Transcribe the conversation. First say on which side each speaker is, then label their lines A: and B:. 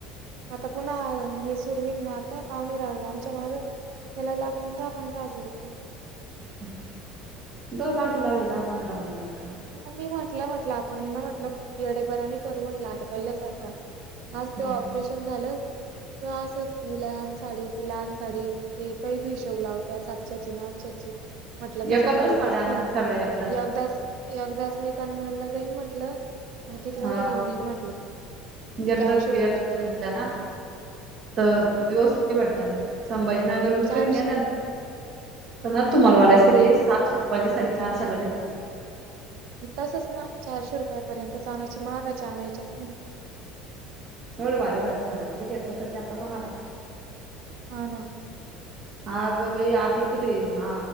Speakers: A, on the right (about 65°); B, on the right (about 45°).
A: आता पुन्हा हे सुरू होईन ना आता पाहुणे रावळे आमच्या मागं. त्याला लागतील दहा पंधरा हजार रुपये.
B: <unintelligible> दहा पंधरा हजारांन काय होत
A: मी म्हंटलंय म्हटलं आपण म्हटलं येडेपनानी करू म्हटलं आता पहिल्या सारखं आज त्यो
B: हम्म
A: ऑपरेशन झालं. त असच हीला आन साडी तीला आन साडी ती काही बी हिशोब लावत्या सातशाची ना आठशाची म्हटलं तसं
B: एकत्रच
A: करायचंच
B: साड्या
A: नाही
B: आणायच्या सगळ्या एकदाच
A: यगदाच यगदाच मी कन्नडला जाईन म्हंटलं आणि किती मोठं
B: हा
A: घेऊन येईन म्हंटलं
B: एकदा
A: चारशे रुपयापर्यंत.
B: एकत्र घेतल्या ना तर व्यवस्था होती वाटतं त्याना संभाजीनगरहुन तर
A: चारशे
B: कधी नेला <unintelligible> तुम्हाला
A: हा ना
B: वाल्यासि
A: नाही
B: रे सातशे रुपयाची साडी चारशेला भेटती
A: तसच ना चारशे रुपयापर्यंतच आणायची महागाची आणायच्याच नाही
B: एवढं भारी भारी साड्या कुट घेत बसायच्या आता कोणाला
A: हा ना
B: आग बाई आती तीड आहे, आ